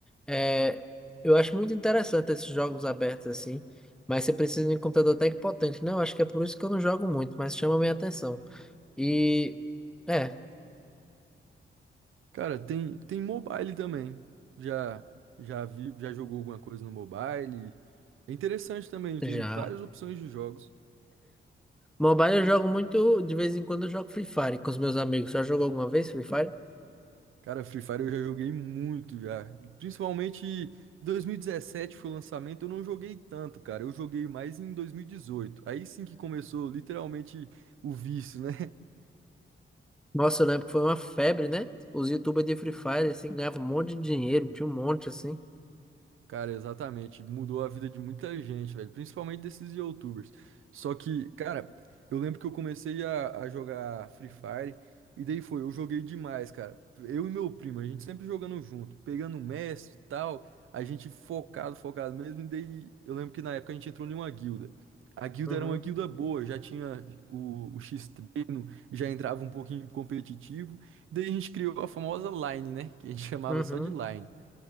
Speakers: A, in the centre; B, on the right (about 85°).
A: É, eu acho muito interessante esses jogos abertos assim, mas você precisa de um computador até que potente, né? Eu acho que é por isso que eu não jogo muito, mas chama minha atenção. E, é,
B: Cara, tem, tem mobile também. Já já vi, já jogou alguma coisa no mobile. É interessante também,
A: já.
B: tem várias opções de jogos.
A: Mobile eu jogo muito, de vez em quando eu jogo Free Fire com os meus amigos. Já jogou alguma vez Free Fire?
B: Cara, Free Fire eu já joguei muito já. Principalmente 2017 foi o lançamento, eu não joguei tanto, cara. Eu joguei mais em 2018. Aí sim que começou literalmente o vício, né?
A: Nossa, eu lembro que foi uma febre, né? Os YouTubers de Free Fire, assim, ganhavam um monte de dinheiro, tinha um monte, assim.
B: Cara, exatamente. Mudou a vida de muita gente, velho. Principalmente desses YouTubers. Só que, cara, eu lembro que eu comecei a, a jogar Free Fire. E daí foi, eu joguei demais, cara. Eu e meu primo, a gente sempre jogando junto, pegando mestre e tal. A gente focado, focado mesmo. E daí eu lembro que na época a gente entrou em uma guilda. A guilda
A: Uhum,
B: era uma guilda boa, já tinha o, o X-Treino, já entrava um pouquinho competitivo. Daí a gente criou a famosa Line, né? Que a gente <laughs> chamava
A: uhum.
B: só de Line.